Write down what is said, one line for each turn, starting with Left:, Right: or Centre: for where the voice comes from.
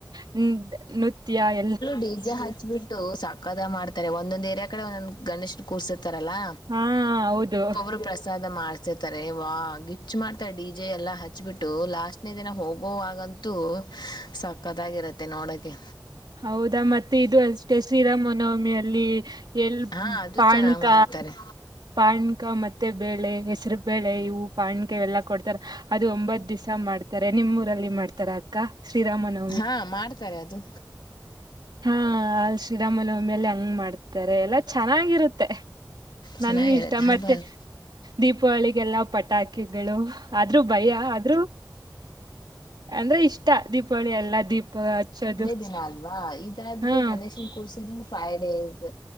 Right: ಹು ನುತ್ಯಾಯ
Left: ಡಿಜೆ ಹಚ್ಬಿಟ್ಟು ಸಕ್ಕತ್ತಾಗಿ ಮಾಡ್ತಾರೆ ಒಂದೊಂದ್ ಏರಿಯಾ ಕಡೆ ಒಂದೊಂದ್ ಗಣೇಶ್ನ ಕೂರ್ಸಿರ್ತಾರಲ್ಲಾ
Right: ಹಾ ಹೌದು
Left: ಒಬ್ಬೊ ಪ್ರಸಾದ ಮಾಡ್ತಾರೆ ತಾರೆ ವಾ ಗಿಚ್ಚು ಮಾಡ್ತಾ ಡಿ ಜೆ ಎಲ್ಲ ಹಚ್ಚಚ್ಬಿಟ್ಟು ಲಾಸ್ಟ್ನೇ ದಿನ ಹೋಗೋವಾಗಂತ ಅಂತು ಸಕ್ಕತ್ತಾಗಿರುತ್ತೆ ನೋಡಕ್ಕೆ
Right: ಹೌದಾ ಮತ್ತೆ ಇದು ಅಷ್ಟೇ ಶ್ರೀರಾಮನವಮಿಯ ಅಲ್ಲಿ ಎಲ್ಲಿ
Left: ಹಾ ಅದು
Right: ಪಾಣಕ
Left: ಚೆನ್ನಾಗಿ ಮಾಡ್ತಾರೆ
Right: ಪಾಣ್ಕ ಮತ್ತೆ ಬೇಳೆ ಹೆಸರ ಬೇಳೆ ಇವು ಪಾಣ್ಕ ಇವೆಲ್ಲಾ ಕೊಡ್ತಾರ ಅದು ಒಂಬತ್ ದಿವಸ ಮಾಡ್ತಾರೆ ನಿಮ್ಮ ಊರಲ್ಲಿ ಮಾಡ್ತಾರ ಅಕ್ಕ ಶ್ರೀರಾಮನ
Left: ಹಾ ಮಾಡ್ತಾರೆ ಅದು
Right: ಹಾ ಅ ಶ್ರೀರಾಮನವಮಿಯಲ್ಲಿ ಹಂಗ ಮಾಡ್ತಾರೆ ಎಲ್ಲ ಚೆನ್ನಾಗಿರುತ್ತೆ.
Left: ಚೆನ್ನಾಗಿರತ್ತೆ
Right: ನನ್ಗೆ ಇಷ್ಟ
Left: ಹಬ್ಬ
Right: ಮತ್ತೆ
Left: ಎಲ್ಲ
Right: <inaudible> ದೀಪಾವಳಿಗೆಲ್ಲ ಪಟಾಕಿಗಳು ಆದ್ರೂ ಭಯ ಆದ್ರೂ ಅಂದ್ರೆ ಇಷ್ಟ ಇಷ್ಟ ದೀಪಾವಳಿ ಎಲ್ಲ ದೀಪ ಹಚ್ಚೋದು
Left: ನ ಅಲ್ವಾ ಇದಾದ್ರೆ
Right: ಹಾ
Left: ಗಣೇಶನ್ ಕೂರ್ಸಿದ ಫೈವ್ ಡೇಸ್